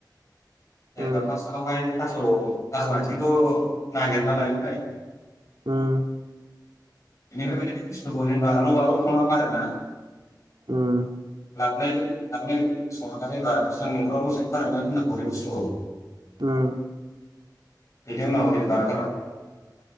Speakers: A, on the left (about 45°); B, on the right (about 75°).
A: जेनेबा
B: उम
A: फार्स्टावहाय थास' थास' आथिंखौ नागिरना लायबाय
B: उम।
A: बेनिफ्राय बे बुस्थुखौ जेनेबा लगालग संनाङा आरोना
B: उम
A: लाबनाय लोगो लाबोनाय लोगो लोगोनो संना नायबा सान्दुंफोराव फोरानना दोननांगौ बे बुस्थुखौ
B: उम।
A: बिनि उनाव जेनेबा <unintelligible>